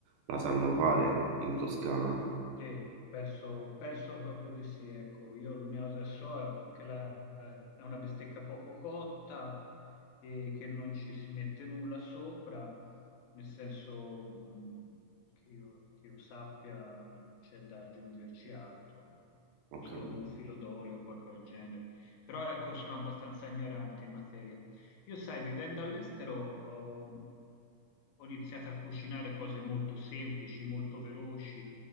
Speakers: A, on the right; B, on the left.
A: la sanno fare in Toscana.
B: Sì, penso, penso proprio di sì, ecco, io l'unica cosa che so è che la- è una bistecca poco cotta e che non ci si mette nulla sopra, nel senso mh, che io, che io sappia non c'è da aggiungerci altro,
A: Ho
B: solo
A: capito.
B: con un filo d'olio o qualcosa del genere, però ecco sono abbastanza ignorante in materia. Io sai, vivendo all'estero ho ho iniziato a cucinare cose molto semplici, molto veloci